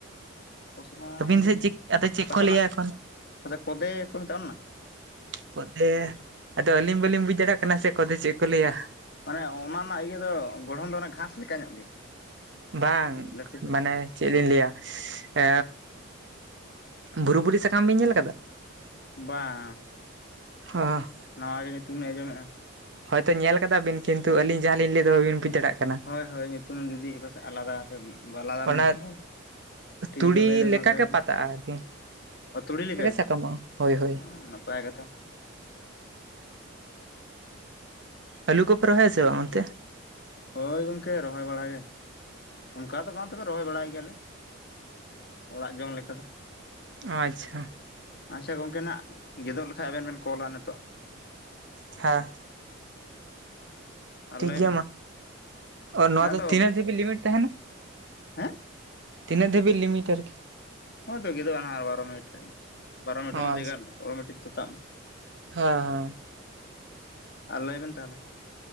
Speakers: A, on the left; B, on the right.
A: ᱯᱚᱥᱱᱟᱣ
B: ᱟᱹᱵᱤᱱ
A: ᱫᱚ
B: ᱥᱮᱫ ᱪᱮᱫ ᱟᱫᱚ ᱪᱮᱫ
A: ᱯᱟᱥᱮᱱᱟᱜ
B: ᱠᱚ ᱞᱟᱹᱭᱟ ᱮᱠᱷᱚᱱ
A: ᱠᱚᱫᱮ ᱠᱚ ᱢᱮᱛᱟᱜ ᱚᱱ ᱚᱱᱟ
B: ᱠᱚᱫᱮ ᱟᱫᱚ ᱟᱹᱞᱤᱧ ᱵᱟᱹᱞᱤᱧ ᱵᱩᱡ ᱫᱟᱲᱮᱭᱟᱜ ᱠᱟᱱᱟ ᱥᱮ ᱠᱚᱫᱮ ᱪᱮᱫ ᱠᱚ ᱞᱟᱹᱭ ᱟ?
A: ᱢᱟᱱᱮ ᱚᱱᱟ ᱨᱮᱱᱟᱜ ᱤᱭᱟᱹ ᱫᱚ ᱜᱚᱲᱦᱚᱱ ᱫᱚ ᱜᱷᱟᱸᱥ ᱞᱮᱠᱟ ᱧᱚᱜ ᱜᱮ᱾
B: ᱵᱟᱝ
A: ᱠᱟᱹᱴᱤᱡ ᱞᱟᱹᱴᱩ ᱫᱷᱟᱨᱟ
B: ᱢᱟᱱᱮ ᱪᱮᱫ ᱞᱤᱧ ᱞᱟᱹᱭ ᱟ ᱮᱻ ᱵᱩᱨᱩ ᱵᱩᱨᱤ ᱥᱟᱠᱟᱢ ᱵᱮᱧ ᱧᱮᱞ ᱠᱟᱫᱟ?
A: ᱵᱟᱝ
B: ᱦᱟ
A: ᱱᱟᱣᱟ ᱜᱮ ᱧᱩᱛᱩᱢ ᱫᱚᱸᱧ ᱟᱸᱡᱚᱢᱮᱫᱼᱟ,
B: ᱦᱳᱭᱛᱳ ᱧᱮᱞ ᱠᱟᱫᱟᱵᱤᱱᱛᱩ ᱟᱹᱞᱤᱧ ᱡᱟᱦᱟᱸᱞᱤᱧ ᱞᱟᱹᱭᱮᱫᱟ ᱵᱟᱹᱵᱤᱱ ᱵᱩᱡᱽ ᱪᱟᱲᱟᱜ ᱠᱟᱱᱟ᱾
A: ᱦᱳᱭ ᱦᱳᱭ ᱧᱩᱛᱩᱢ ᱡᱩᱫᱤ ᱯᱟᱥᱮᱡ ᱟᱞᱟᱫᱟ ᱵᱟᱞᱟᱫᱟ
B: ᱚᱱᱟ
A: ᱢᱮᱱᱫᱟ᱾ ᱴᱷᱤᱠ
B: ᱛᱩᱲᱤ
A: ᱜᱮᱵᱮᱱ ᱞᱟᱹᱭᱫᱟ
B: ᱞᱮᱠᱟᱜᱮ
A: ᱢᱟ ᱞᱟᱹᱭ ᱵᱮᱱ᱾
B: ᱯᱟᱛᱟᱜᱼᱟ ᱟᱨᱠᱤ
A: ᱛᱩᱲᱤ ᱞᱮᱠᱟᱜᱮ
B: ᱥᱟᱠᱟᱢᱚᱜᱼᱟ ᱦᱳᱭ ᱦᱳᱭ
A: ᱦᱚ ᱱᱟᱯᱟᱭ ᱠᱟᱛᱷᱟ᱾ ᱟᱪᱪᱷᱟ
B: ᱟᱹᱞᱩ ᱠᱚᱯᱮ ᱨᱚᱦᱚᱭᱟ ᱥᱮ ᱵᱟᱝ ᱚᱱᱛᱮ?
A: ᱦᱳᱭ ᱜᱚᱝᱠᱮ ᱨᱚᱦᱚᱭ ᱵᱟᱲᱟ ᱜᱮ᱾ ᱚᱱᱠᱟ ᱫᱚ ᱵᱟᱝ ᱛᱚᱵᱮ ᱨᱚᱦᱚᱭ ᱵᱟᱲᱟᱭ ᱜᱮᱭᱟᱞᱮ ᱚᱲᱟᱜ ᱡᱚᱢ ᱞᱮᱠᱟ ᱫᱚ
B: ᱚ ᱟᱪᱪᱷᱟ
A: ᱟᱪᱪᱷᱟ ᱜᱚᱝᱠᱮ ᱱᱟᱦᱟᱜ ᱜᱮᱫᱚᱜ ᱞᱮᱠᱷᱟᱡ ᱟᱵᱮᱱ ᱵᱮᱱ ᱠᱚᱞᱟ ᱱᱤᱛᱚᱜ᱾
B: ᱦᱮᱸ
A: ᱟᱨ
B: ᱴᱷᱤᱠ
A: ᱞᱟᱹᱭ
B: ᱜᱮᱭᱟ
A: ᱵᱮᱱ
B: ᱢᱟ ᱱᱚᱣᱟ
A: ᱦᱮᱸ
B: ᱫᱚ
A: ᱟᱫᱚ
B: ᱛᱤᱱᱟᱹᱜ ᱡᱤᱵᱤ ᱞᱤᱢᱤᱴ ᱛᱟᱦᱮᱱᱟ,
A: ᱦᱮᱸ
B: ᱛᱤᱱᱟᱹᱜ ᱫᱷᱟᱹᱵᱤᱡ ᱞᱤᱢᱤᱴ ᱟᱨᱠᱤ,
A: ᱦᱚᱜ ᱚᱭ ᱛᱚ ᱜᱮᱫᱚᱜᱼᱟ ᱱᱟᱦᱟᱜ ᱟᱨ ᱵᱟᱨᱚ ᱢᱤᱱᱤᱴ ᱠᱷᱟᱡ ᱜᱮ ᱵᱟᱨᱚ ᱢᱤᱱᱤᱴ
B: ᱚ ᱟᱪᱪᱷᱟ
A: ᱮᱜᱟᱨᱳ ᱚᱴᱚ ᱢᱮᱴᱤᱠ ᱛᱚ ᱛᱟᱵ ᱱᱟ,
B: ᱦᱮᱸ ᱦᱮᱸ,
A: ᱟᱨ ᱞᱟᱹᱭ ᱵᱮᱱ ᱛᱟᱦᱚᱞᱮ,